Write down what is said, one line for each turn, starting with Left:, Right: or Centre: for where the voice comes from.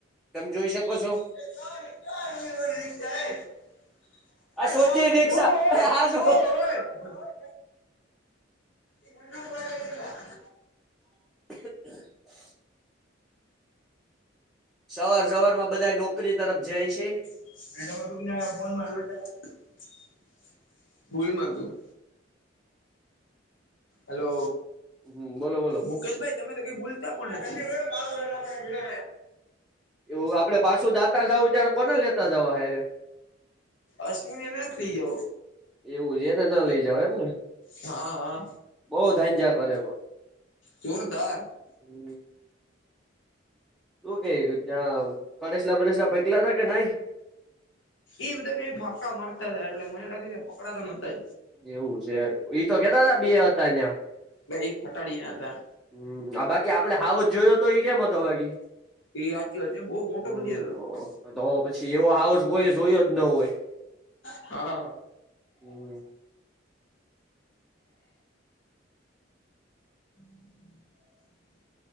Centre: તમે જોઈ શકો છો
Left: <unintelligible> <unintelligible>
Centre: આ સોતી
Left: ઓ
Centre: રિક્ષા
Left: હોય
Centre: એ આ
Left: ઓ
Centre: જો
Left: હોય <unintelligible>
Centre: <inaudible> સવાર સવાર માં બધાએ નોકરી તરફ જાય છે.
Left: <unintelligible> ભૂલમાં તું હલો
Centre: હમ બોલો બોલો
Left: મુકેશભાઈ તમે તો કઈ ભૂલતા પણ નથી.
Centre: એવું આપડે પાછું દાતાર જવું ત્યારે કોના લેતા જવા હ હરિયે
Left: અશ્વિન એને થઈ જવ
Centre: એવું છે ને એણે ના લઈ જાવય એમને
Left: હા હા
Centre: બોઓ જજ્યા કરે પ
Left: જોરદાર
Centre: હમ તું કે ત્યાં કડેશલા બલેસલા પેકલા હતા કે ન
Left: એ બધા ફાકા માતા જાય એટલે મને લાગે છે પકડાતા નતા
Centre: એવું છે તો કેતા હતા બે હતા અહિયાં
Left: ભ એ ખોટાડી ના હતા.
Centre: હમ બાકી આપડે હાવ જ જોયો તો એ કેમ હતો બાકી
Left: એ વાચ વાત છે બહુ મોટો
Centre: હમ
Left: બધી હતો
Centre: તો પછી એવો હાવસ કોઈ જોયો જ ન હોય.
Left: હા
Centre: હમ
Left: હમ